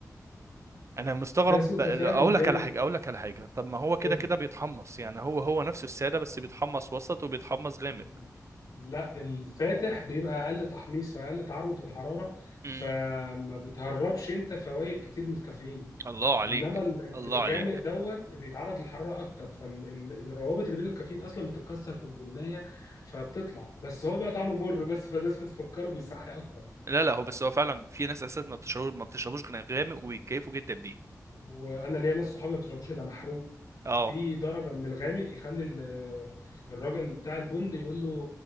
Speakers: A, on the right; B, on the left.
A: انا مستغرب
B: ده سوء
A: ب-
B: تفاهم
A: اقول
B: جامد
A: لك على حاجه اقول لك على حاجه طب ما هو كده
B: قول لي.
A: كده بيتحمص يعني هو هو نفسه الساده بس بيتحمص وسط وبيتحمص غامق
B: مم. لا الفاتح بيبقى اقل تحميص فاقل تعرض للحراره فما
A: امم
B: بتهربش انت فوائد كتير من الكافيين
A: الله عليك
B: انما ال-
A: الله
B: الغامق
A: عليك
B: دوت بيتعرض للحراره اكتر فالروابط اللي بين الكافيين اصلا بتتكسر في البنيه فبتطلع بس هو بقى طعمه مر بس فالناس بتفكره بيصحي اكتر
A: لا لا هو بس هو فعلا في ناس اساسا ما بتشربوش ما بتشربوش غير غامق وبيتكيفوا جدا بيه
B: وانا ليا ناس صحابي ما بيشربوش الا محروق
A: اه
B: في درجه من الغامق يخلي ال- الراجل بتاع البن يقول له